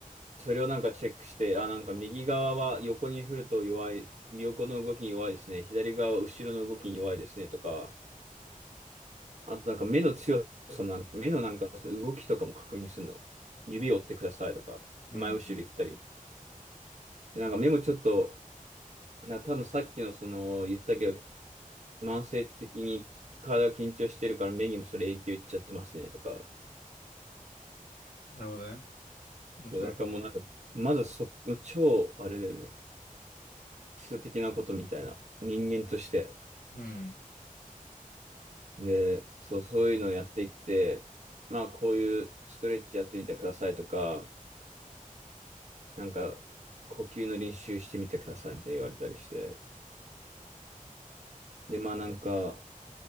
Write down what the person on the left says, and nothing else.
うん。
うん。
なるほどね。面白いね。
うん。